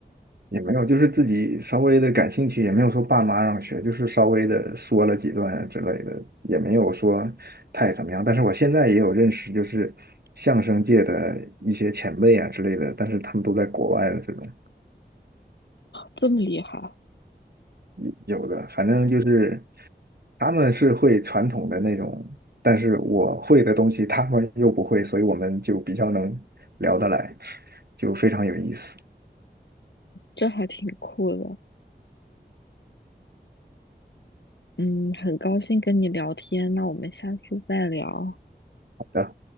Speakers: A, on the right (about 60°); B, on the left (about 80°).
A: 也没有，就是自己稍微的感兴趣，也没有说爸妈让学，就是稍微的说了几段之类的，也没有说太怎么样。但是我现在也有认识，就是相声界的一些前辈啊之类的，但是他们都在国外的这种
B: 这么厉害，
A: 有有的，反正就是他们是会传统的那种，但是我会的东西他们又不会，所以我们就比较能聊得来，就非常有意思。
B: 这还挺酷的。嗯，很高兴跟你聊天，那我们下次再聊。
A: 好的。